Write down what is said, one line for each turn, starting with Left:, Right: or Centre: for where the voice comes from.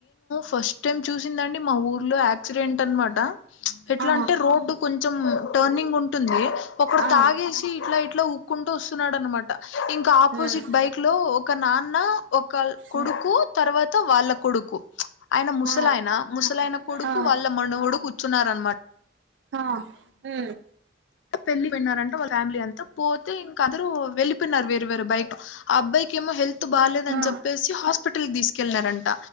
Left: ఫస్ట్ టైమ్ చూసిందండి మా ఊర్లో యాక్సిడెంట్ అన్మాట ఎట్లా
Right: ఆ
Left: అంటే రోడ్డు కొంచెం టర్నింగ్ ఉంటుంది ఒకడు
Right: ఆ
Left: తాగేసి ఇట్లా ఇట్లా ఊక్కుంటూ వస్తున్నాడు అనమాట ఇంకా ఆపోజిట్
Right: ఉమ్
Left: బైక్ లో ఒక నాన్న ఒక కొడుకు
Right: ఉమ్,
Left: తర్వా వాళ్ళ కొడుకు ఆయన ముసలాయన
Right: ఆ
Left: ముసలైన కొడుకు
Right: ఆ
Left: వాళ్ళ మనవుడు కూర్చున్నారనమా
Right: ఆ ఉ
Left: పెళ్లికి పోయినారంట వాళ్ళ ఫ్యామిలీ అంతా పోతే ఇంకా అందరుూ వెళ్లిపోయినారు వేరే వేరే బైక్ ఆ అబ్బాయి ఏమో హెల్త్ త్ బాలేదని
Right: ఆ
Left: చెప్పేసి హాస్పిటల్ కి తీసుకెళ్ళనారంట